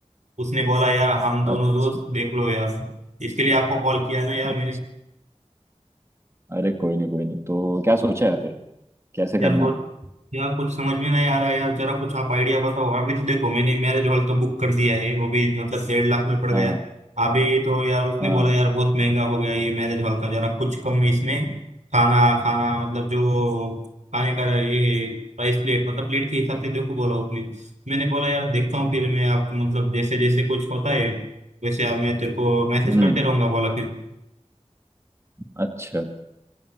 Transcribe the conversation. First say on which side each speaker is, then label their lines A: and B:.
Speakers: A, on the right; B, on the right.
A: उसने बोला यार हम दोनों
B: अच्छा
A: दोस्त देख लो यार इसके लिए आपको कॉल किया ना यार
B: अच्छा
A: मैंने
B: अरे कोई नहीं कोई नहीं तो क्या सोचा है फिर कैसे करना
A: यार सोच
B: है
A: यार कुछ समझ में नहीं आ रहा है यार जरा कुछ आप आइडिया बताओ अभी तो देखो मैंने मैरिज हॉल तो बुक कर दिया है वो भी मतलब डेढ़ लाख में पड़ गया
B: हाँ
A: है अभी तो यार उसने
B: हाँ
A: बोला यार बहुत महंगा हो गया ये मैरिज हॉल का जरा कुछ कम इसमें खाना खाना मतलब जो खाने का ये प्राइस प्लेट मतलब प्लेट के हिसाब से देखो बोला उसने मैंने बोला यार देखता हूँ फिर मैं आप मतलब जैसे जैसे कुछ होता है वैसे आप मैं तेरे को मैसेज
B: हम्म
A: करते रहूंगा बोला फिर
B: अच्छा